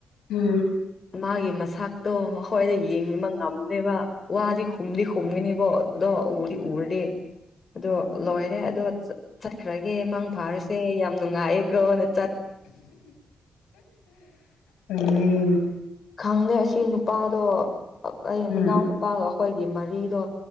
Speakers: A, on the left (about 85°); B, on the left (about 45°).
A: ꯎꯝ
B: ꯃꯥꯒꯤ ꯃꯁꯇꯣ ꯑꯩꯈꯣꯏꯗ ꯌꯦꯡꯅꯤꯡꯕ ꯉꯝꯅꯦꯕ ꯋꯥꯗꯤ ꯈꯨꯝꯗꯤ ꯈꯨꯝꯒꯅꯤꯕꯣꯗꯣ ꯎꯗꯤ ꯎꯔꯗꯤ ꯑꯗꯣ ꯂꯣꯏꯔꯦ ꯑꯗꯣ ꯆꯠꯈ꯭ꯔꯒꯦ ꯃꯥꯡ ꯐꯥꯔꯁꯦ ꯌꯥꯝ ꯅꯨꯡꯉꯥꯏꯑꯀꯣꯅꯠ
A: ꯎ
B: ꯈꯪꯗꯦ ꯑꯁꯤ ꯅꯨꯄꯥꯗꯣ ꯑꯩ
A: ꯎꯝ
B: ꯃꯅꯥꯎ ꯅꯨꯄꯥꯒ ꯑꯩꯈꯣꯏꯒꯤ ꯃꯔꯤꯗꯣ